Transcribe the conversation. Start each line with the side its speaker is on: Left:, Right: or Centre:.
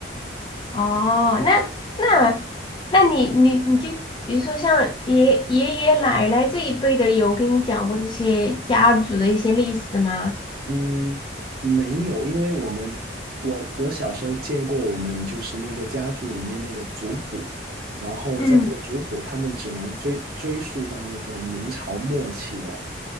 Left: 哦，那那那你你你就比如说像爷爷爷奶奶这一辈的，有跟你讲过这些家族的一些历史吗？
Right: 嗯，没有，因为我们我我小时候见过我们就是那个家族里面那个族谱，然后在那个族谱，
Left: 嗯，
Right: 他们只能追追溯到那个明朝末期的，